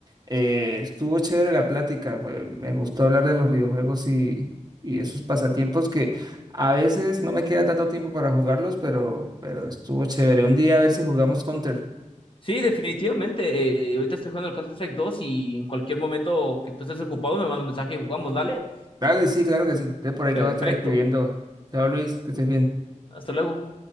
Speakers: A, on the right; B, on the left.
A: eh, estuvo chévere la plática, pues, me gustó hablar de los videojuegos y, y esos pasatiempos que a veces no me queda tanto tiempo para jugarlos, pero, pero estuvo chévere. Un día a ver si jugamos Counter.
B: sí, definitivamente. Eh, ahorita estoy jugando el Counter-Strike 2 y en cualquier momento que tú estés ocupado me mandas un mensaje y jugamos, dale.
A: Dale, sí, claro que sí. Entonces por ahí
B: Perfecto.
A: te voy a estar escribiendo. Chao Luis, que estés bien.
B: Hasta luego.